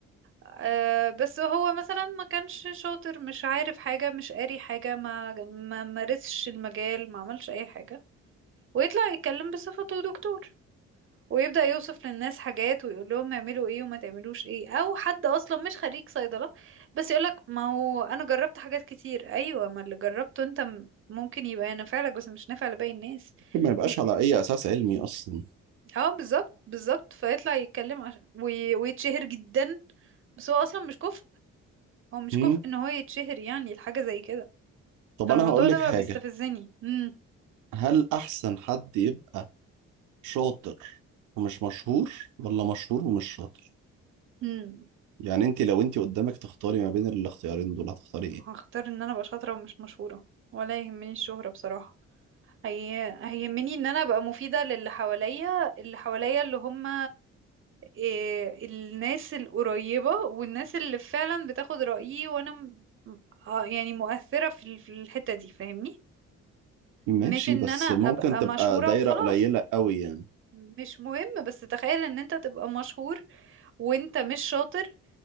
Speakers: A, on the right; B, on the right.
A: أه بس هو مثلا ما كانش شاطر مش عارف حاجة مش قاري حاجة ما ما مارسش المجال ما عملش اي حاجة ويطلع يتكلم بصفته دكتور ويبدأ يوصف للناس حاجات ويقول لهم اعملوا ايه وما تعملوش ايه او حد اصلا مش خريج صيدلة بس يقولك ما هو انا جربت حاجات كتير ايوه ما اللي جربته انت م- ممكن يبقى نافع لك بس مش نافع لباقي الناس
B: ممكن ما يبقاش
A: و...
B: على أي أساس علمي أصلا
A: اه بالظبط بالظبط فيطلع يتكلم عشان وي... ويتشهر جدا بس هو اصلا مش كفء هو مش
B: هم؟
A: كفء ان هو يتشهر يعني الحاجة زي كده
B: طب
A: فالموضوع
B: أنا هقول
A: ده
B: لك حاجة
A: بقى بيستفزني امم
B: هل أحسن حد يبقى شاطر ومش مشهور ولا مشهور ومش شاطر
A: امم
B: يعني انت لو انت قدامك تختاري ما بين الاختيارين دول هتختاري ايه
A: هختار ان انا ابقى شاطرة ومش مشهورة ولا يهمني الشهرة بصراحة هي هيهمني ان انا ابقى مفيدة للي حواليا اللي حواليا اللي هم إيه الناس القريبة والناس اللي فعلا بتاخد رأيي وانا م- آه يعني مؤثرة في ال- في الحتة دي فاهمني
B: ماشي
A: مش ان
B: بس
A: انا ابقى
B: ممكن تبقى
A: مشهورة
B: دايرة
A: وخلاص
B: قليلة قوي يعني
A: مش مهم بس تخيل ان انت تبقى مشهور وانت مش شاطر